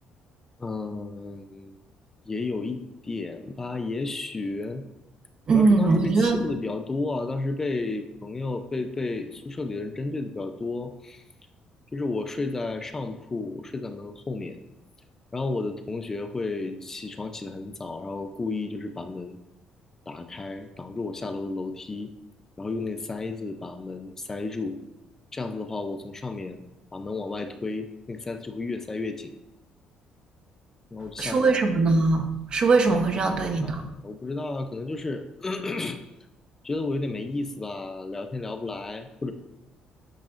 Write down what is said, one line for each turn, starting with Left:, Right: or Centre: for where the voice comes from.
Left: 嗯，也有一点吧，也许
Right: 嗯，
Left: 主要是当时被欺负的比较多啊，
Right: 我觉得
Left: 当时被朋友、被被宿舍里的人针对的比较多。就是我睡在上铺，我睡在门后面，然后我的同学会起床起得很早，然后故意就是把门打开，挡住我下楼的楼梯，然后用那塞子把门塞住。这样子的话，我从上面把门往外推，那个塞子就会越塞越紧，然后我就下不来。
Right: 是为什么呢？是为什么会这样对你呢？
Left: 我从来不看韩，我不知道啊，可能就是 <coughs> <clears throat> 觉得我有点没意思吧，聊天聊不来，